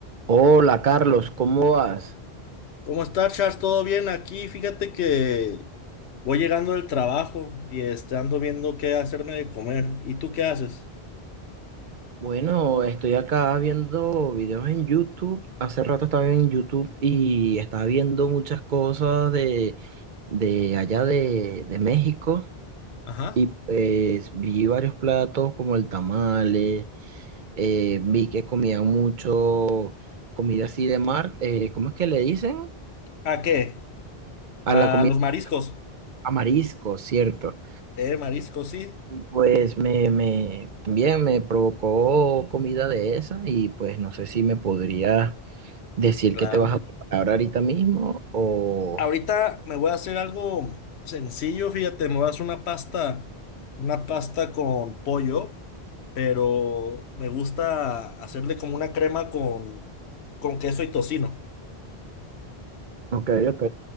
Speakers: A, on the right; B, on the left.
A: Hola Carlos, ¿cómo vas?
B: ¿Cómo estás, Charles? ¿Todo bien? Aquí, fíjate que voy llegando del trabajo y este, ando viendo qué hacerme de comer. ¿Y tú qué haces?
A: Bueno, estoy acá viendo videos en YouTube. Hace rato estaba en YouTube y estaba viendo muchas cosas de, de allá de, de México.
B: Ajá.
A: Y pues vi varios platos como el tamale, eh, vi que comían mucho comida así de mar. eh, ¿cómo es que le dicen?
B: ¿A qué?
A: A
B: A
A: la comida,
B: los mariscos.
A: a marisco, ¿cierto?
B: Eh, mariscos, sí.
A: Y pues me, me, bien, me provocó comida de esa y pues no sé si me podría decir
B: Claro.
A: que te vas a preparar ahorita mismo o...
B: Ahorita me voy a hacer algo sencillo, fíjate, me voy a hacer una pasta, una pasta con pollo, pero me gusta hacerle como una crema con, con queso y tocino.
A: Ok, ok.